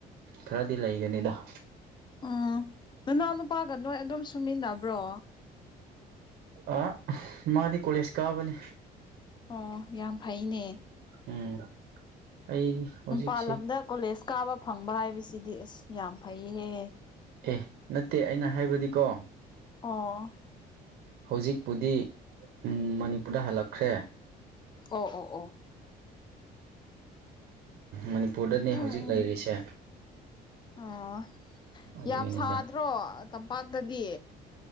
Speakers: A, on the right; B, on the left.
A: ꯈꯔꯗꯤ ꯂꯩꯒꯅꯤꯗ
B: ꯎ ꯅꯅꯥꯎ ꯅꯨꯄꯥꯒ ꯅꯣꯏ ꯑꯗꯨꯝ ꯁꯨꯃꯤꯟꯅꯕ꯭ꯔꯣ
A: ꯑ ꯃꯥꯗꯤ ꯀꯣꯂꯦꯖ ꯀꯥꯕꯅꯤ
B: ꯑꯣ ꯌꯥꯝ ꯐꯩꯅꯦ
A: ꯎꯝ ꯑꯩ ꯍꯧꯖꯤꯛꯁꯦ
B: ꯃꯄꯥꯜ ꯂꯝꯗ ꯀꯣꯂꯦꯖ ꯀꯥꯕ ꯐꯪꯕ ꯍꯥꯏꯕꯁꯤꯗꯤ ꯑꯁ ꯌꯥꯝ ꯐꯩꯍꯦ
A: ꯑꯦ ꯅꯠꯇꯦ ꯑꯩꯅ ꯍꯥꯏꯕꯗꯤꯀꯣ
B: ꯑꯣ
A: ꯍꯧꯖꯤꯛꯄꯨꯗꯤ ꯃꯅꯤꯄꯨꯔꯗ ꯍꯜꯂꯛꯈ꯭ꯔꯦ
B: ꯑꯣ ꯑꯣ ꯑꯣ
A: ꯃꯅꯤꯄꯨꯔꯗꯅꯦ
B: ꯎꯝ
A: ꯍꯧꯖꯤꯛ
B: ꯎꯝ
A: ꯂꯩꯔꯤꯁꯦ
B: ꯑꯣ
A: ꯑꯗꯨꯒꯤꯅꯤꯗ
B: ꯌꯥꯝ ꯁꯥꯗ꯭ꯔꯣ ꯇꯝꯄꯥꯛꯇꯗꯤ